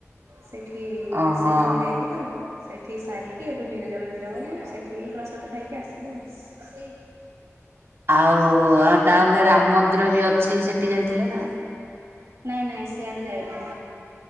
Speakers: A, on the right; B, on the right.
A: ସେଠି
B: ଓହୋ।
A: ସେଠିକି ଯାଇଥିଲୁ। ସେଠି ସାରିକି ଏଠୁ ବିରଜା ମନ୍ଦିର ଗଲୁ ସେଠିକି ପ୍ରସାଦ ଖାଇକି ଆସିଲୁ ଆଉ। ଅ।
B: ଆଉ ଆ ଟାଉନରେ ରାମ ମନ୍ଦିର ବି ଅଛି ସେଠି ଯାଇଥିଲେ ନା।
A: ନାଇଁ ନାଇଁ ସିଆଡେ ଯାଇନି।